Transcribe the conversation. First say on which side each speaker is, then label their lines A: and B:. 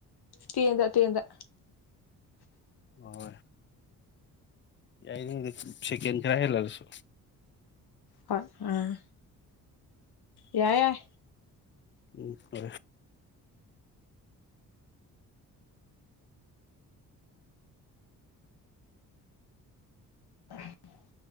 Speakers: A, on the left; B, on the left.
A: ꯇꯦꯟꯗ ꯇꯦꯟꯗ
B: ꯍꯣꯏ ꯌꯥꯏ ꯁꯦꯀꯦꯟ ꯈꯔ ꯍꯦꯂꯁꯨꯣ
A: ꯍꯣꯏ ꯑꯥ ꯌꯥꯏ-ꯌꯥꯏ
B: ꯎꯨꯝ ꯍ
A: ꯏꯍꯥ